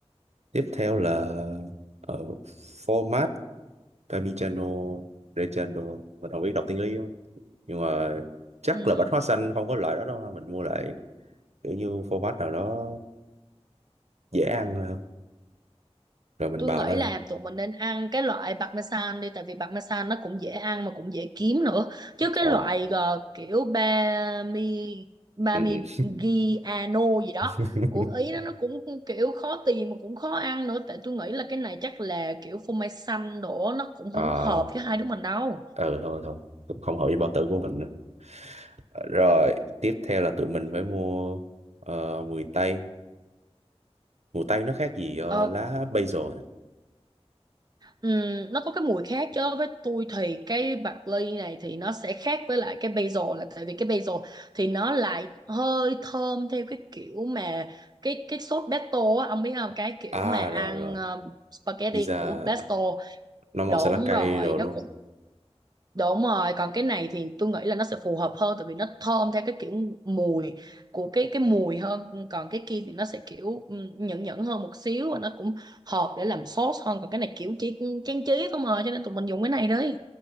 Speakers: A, on the right (about 80°); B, on the right (about 40°).
A: tiếp theo là ờ, format parmigiano reggiano mình không biết đọc tiếng Ý không nhưng mà chắc
B: Ừ.
A: là bánh hoa xanh không có loại đó đâu ha. mình mua lại kiểu như format nào đó dễ ăn thôi ha. rồi mình
B: tôi
A: bào
B: nghĩ
A: nó ra
B: là tụi mình nên ăn cái loại parmesan đi tại vì parmesan nó cũng dễ ăn mà cũng dễ kiếm nữa chứ cái
A: ờ
B: loại ờ, kiểu bami parmigiano
A: ừ, ừ.
B: gì đó
A: <laughs>
B: của Ý đó nó cũng kiểu khó tìm mà cũng khó ăn nữa tại tôi nghĩ là cái này chắc là kiểu phô mai xanh đổ nó cũng
A: Ờ,
B: không có hợp với hai đứa mình đâu
A: ừ thôi thôi không hợp với bao tử của mình nữa Ờ, rồi tiếp theo là tụi mình phải mua ờ, mùi tây mùi tây nó khác gì ờ,
B: Ờ,
A: lá basil à
B: Ừm, nó có cái mùi khác chứ với tôi thì cái bạc ly này thì nó sẽ khác với lại cái basil là tại vì cái basil thì nó lại hơi thơm theo cái kiểu mà cái cái sốt pesto á ông biết không cái kiểu
A: À
B: mà ăn
A: rồi rồi
B: ờ, spaghetti
A: pizza
B: của pesto
A: nó màu
B: đúng
A: xanh lá cây
B: rồi
A: rồi
B: nó
A: đúng không
B: Đúng rồi, còn cái này thì tôi nghĩ là nó sẽ phù hợp hơn tại vì nó thơm theo cái kiểu mùi của cái cái mùi hơn, còn cái kia thì nó sẽ kiểu ừ, nhẫn nhẫn hơn một xíu và nó cũng hợp để làm sốt hơn, còn cái này kiểu chỉ trang trí không mà cho nên tụi mình dùng cái này đi.